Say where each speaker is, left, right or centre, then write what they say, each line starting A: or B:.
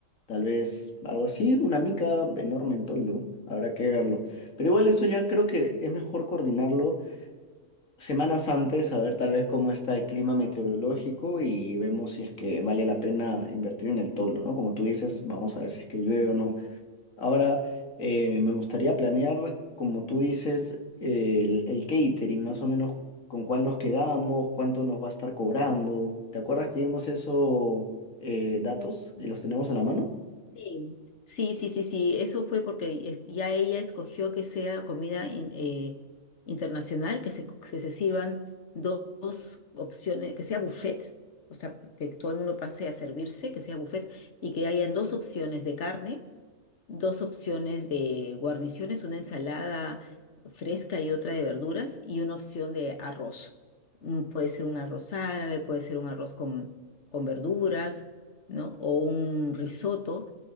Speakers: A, on the left; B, on the left.
A: Tal vez algo así, una mica enorme en toldo. Habrá que verlo. Pero igual eso ya creo que es mejor coordinarlo. semanas antes a ver tal vez cómo está el clima meteorológico y vemos si es que vale la pena invertir en el toldo, ¿no? Como tú dices, vamos a ver si es que llueve o no. Ahora, eh, me gustaría planear, como tú dices, el, el catering, más o menos con cuál nos quedamos, cuánto nos va a estar cobrando. ¿Te acuerdas que vimos eso, eh, datos y los tenemos a la mano?
B: Sí, sí, sí, sí, sí, eso fue porque es- ya ella escogió que sea comida in- eh, internacional, que se, co- que se sirvan do- dos opciones, que sea buffet, o sea, que todo el mundo pase a servirse, que sea buffet, y que hayan dos opciones de carne, dos opciones de guarniciones, una ensalada fresca y otra de verduras, y una opción de arroz. Mm, Puede ser un arroz árabe, puede ser un arroz con, con verduras, ¿no? O un risotto